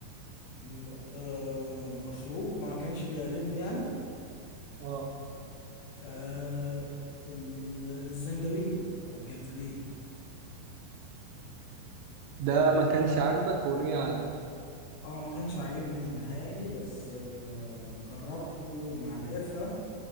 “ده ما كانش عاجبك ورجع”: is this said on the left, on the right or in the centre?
Right